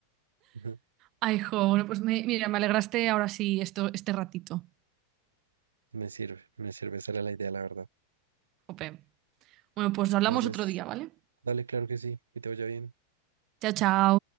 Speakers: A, on the right; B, on the right.
A: Ujú.
B: Ay, jo, bueno, pues me- mira, me alegraste ahora sí esto, este ratito.
A: Me sirve, me sirve. Esa era la idea, la verdad.
B: Jope. Bueno, pues hablamos
A: Entonces,
B: otro día, ¿vale?
A: dale, claro que sí, que te vaya bien.
B: Chao, chao.